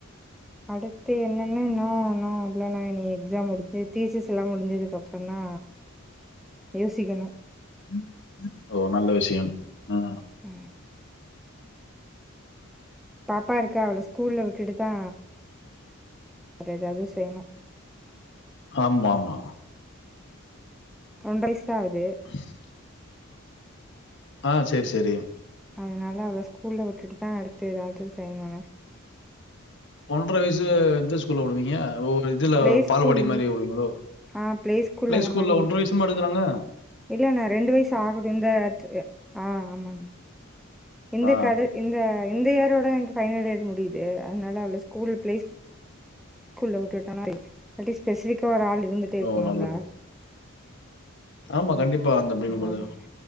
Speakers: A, in the centre; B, on the left.
A: அடுத்து என்னென்ன இன்னு ஒன்னு இல்லனா இனி எக்ஸாம் முடிஞ்சு தீசஸ் எல்லா முடிஞ்சதுக்குப்புற தா யோசிகணு
B: ம் ம் ஓ நல்ல விஷயம் ஆ
A: அ பாப்பா இருக்கா அவள ஸ்கூல விட்டுட்டு தா வேற எதாவது செய்ணு
B: ஆமா மா
A: ஒன்ற வய்ச்தா ஆகுது
B: <inaudible> ஆ சேரி சேரி
A: அதனால அவள ஸ்கூல்ல விட்டுட்டுதா அடுத்து எதாவ்து செய்ணுணே
B: ஒன்ற வயிசுல இந்தச் ஸ்கூல்ல உடுவீங்க ஓ இதுல
A: பிளே
B: பால்வாடி
A: ஸ்கூல்
B: மாரி உடுவீங்ளோ
A: ஆ பிளே ஸ்கூல்
B: ஃபிளே
A: அந்த
B: ஸ்கூல்ல
A: மாரி
B: ஒன்ற
A: விட்டுட்டு
B: வயசுமா எடுகறாங்க
A: இல்லண்ணே ரெண்டு வயிசு ஆகுது இந்தத் ஆ ஆமாணே இந்தக்
B: ஆ
A: கட இ இந்த இந்த இயரோட என்க்கு பைனல் இயர் முடியுது அதனால அவள ஸ்கூல் பிளேஸ் கூல்ல வுட்டுட்டனா பெ இல்ட்டி ஸ்பெசிபிக்கா ஒரு ஆள் இருந்துட்டே இருக்ணுல்ல
B: ஓ நல்லது ஆமா கண்டிப்பா அந்த இப்டி கொஞ்சோ
A: அதனால